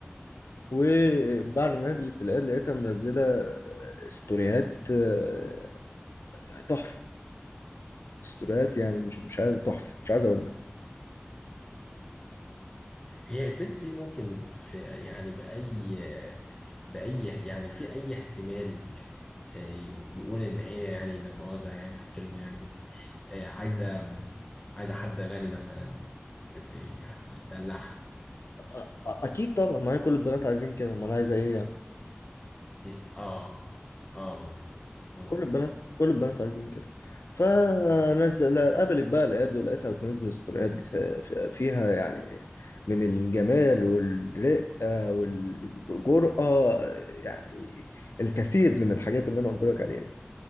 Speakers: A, on the left; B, on the left.
A: وبعد ما قابلت العيال لقيتها منزلة ستوريات آه، تحفة ستوريات يعني مش مش عايز تحفة مش عايز أقول لك
B: هي البنت دي ممكن في يعني بأي بأي يعني في أي احتمال آه، ي- يقول إن هي يعني لا مؤاخذة يعني في الكلمة يعني بت- آه، عايزة عايزة حد غني مثلا ت- ت- يعني يدلعها
A: أ- أ- أكيد طبعا ما هي كل البنات عايزين كده أمال عايزة إيه يعني
B: إيه، آه آه مظبوط مظبوط
A: كل البنات
B: صح
A: كل البنات عايزين كده فنزل
B: صح
A: قابلت بقى العيال ولقيتها بتنزل ستوريات في- فيها يعني من الجمال والرقة والجرأة يعني الكثير من الحاجات اللي أنا قلت لك عليها